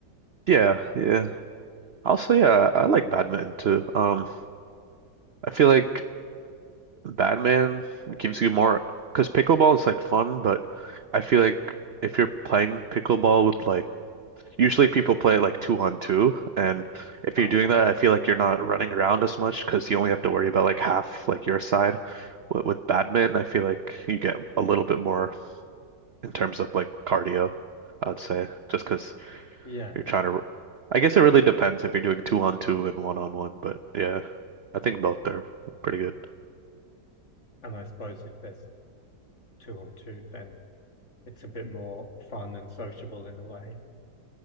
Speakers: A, on the right; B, on the left.
A: yeah, yeah. Also, yeah, I like badminton too. Um, I feel like badminton gives you more because pickleball is like fun, but I feel like if you're playing pickleball with like Usually people play like two on two, and if
B: Oh.
A: you're doing that, I feel like you're not running around as much because you only have to worry about like half like your side. With, with badminton, I feel like you get a little bit more in terms of like cardio, I would say, just because
B: Yeah.
A: you're trying to. I guess it really depends if you're doing two on two and one on one, but yeah, I think both are pretty good.
B: And I suppose if there's two on two, then it's a bit more fun and sociable in a way.